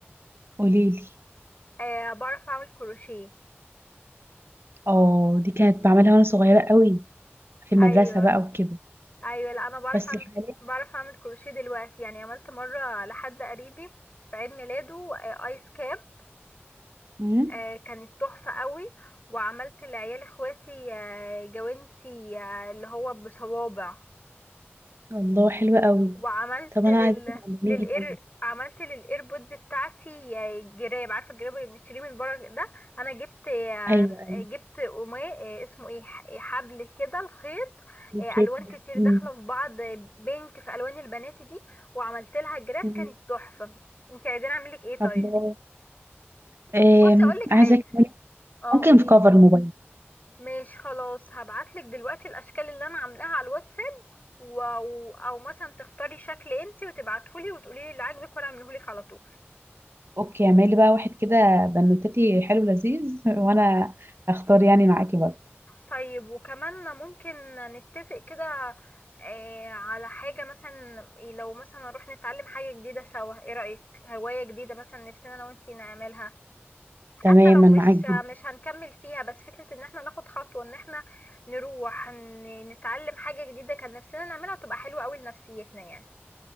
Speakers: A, on the right; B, on the left.
A: قوليلي
B: أه بعرف اعمل كروشيه
A: اه دي كانت بعملها وانا صغيره قوي في المدرسه
B: ايوه
A: بقى وكده
B: ايوه لا انا بعرف
A: بس
B: اعمل
A: حاليا
B: بعرف اعمل كروشيه دلوقتي يعني عملت مره لحد قريبي في عيد ميلاده آه، ايس كاب
A: امم
B: آه، كانت تحفه قوي وعملت لعيال اخواتي آه، جوانتي آه، اللي هو بصوابع
A: الله حلوه قوي
B: وعملت
A: طب
B: لل
A: انا عايزاك تعلميني
B: للاير
A: طيب
B: عملت للايربودز بتاعتي جراب عارفه الجراب اللي بنشتريه من بره ده انا جبت
A: ايوه
B: جبت قماش آه، اسمه ايه ح- إيه، حبل كده الخيط
A: ايوه
B: آه،
A: شايفة.
B: الوان كتير داخله
A: امم
B: في بعض آه، بينك في الوان البنات دي وعملت لها جراب كانت
A: أمم.
B: تحفه انت عايزين اعمل لك ايه طيب
A: الله إيه.
B: بصي اقول لك حاجه
A: عايزاك تعملي-
B: اه
A: ممكن
B: قولي
A: في كفر الموبايل
B: ماشي خلاص هبعت لك دلوقتي الاشكال اللي انا عاملاها على الواتساب و- او او مثلا تختاري شكل انتي وتبعتهولي وتقولي لي اللي عاجبك وانا اعملهولك على طول
A: اوكي اعملي بقى واحد كده بنوتتي حلو لذيذ <laughs> وانا هختار يعني معاكي برضه
B: طيب وكمان ممكن نتفق كده آه، على حاجة مثلا إيه، لو مثلا نروح نتعلم حاجة جديدة سوا ايه رأيك هواية جديدة مثلا نفسنا انا وانتي نعملها حتى
A: تماما
B: لو مش
A: معاك جدا
B: مش هنكمل فيها بس فكرة ان احنا ناخد خطوة ان احنا نروح ن- نتعلم حاجة جديدة كان نفسنا نعملها تبقى حلوة قوي لنفسيتنا يعني